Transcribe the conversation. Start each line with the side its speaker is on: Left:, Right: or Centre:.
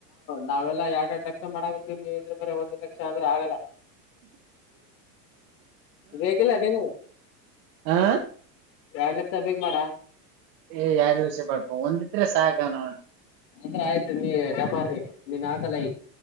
Left: ನಾವೆಲ್ಲಾ ಎರಡ್ ಎರಡು ಲಕ್ಷ ಮಾಡಕತೀವಿ ಇದ್ರೆ ಬರ ಒಂದ್ ಲಕ್ಷ ಅಂದ್ರೆ ಆಗಲ್ಲ ರೇೇಕಲ್ಲ ಅಟ ನ
Right: ಹಾ
Left: ಎರಡ್ ಲಕ್ಷ ಬೇಕಕ್ ಬೇಡ
Right: ಏ ಎರಡ್ ಲಕ್ಷ ಬಳಪ ಒಂದಿದ್ರೆ ಸಾಾಗಣನ್
Left: ಅಂದ್ರ ಆಯ್ತ್ರಿ ನೀ ಡಮಾರ್ರಿ ನಿನ್ ಹಾಕಲ ಈ